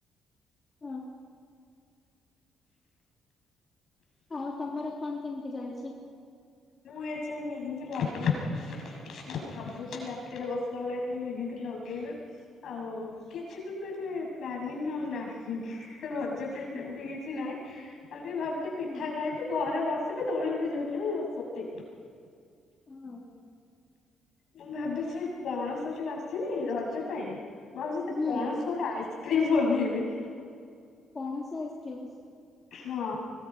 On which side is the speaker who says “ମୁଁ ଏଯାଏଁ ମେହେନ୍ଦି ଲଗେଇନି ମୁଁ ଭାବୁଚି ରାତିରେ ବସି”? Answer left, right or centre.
Left